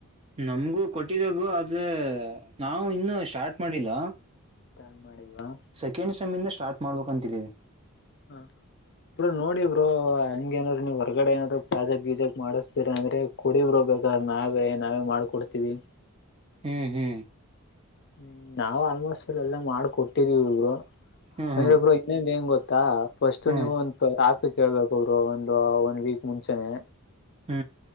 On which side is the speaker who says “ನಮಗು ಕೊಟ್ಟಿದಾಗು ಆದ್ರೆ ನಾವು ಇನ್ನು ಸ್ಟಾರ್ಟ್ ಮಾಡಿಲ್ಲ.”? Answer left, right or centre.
Right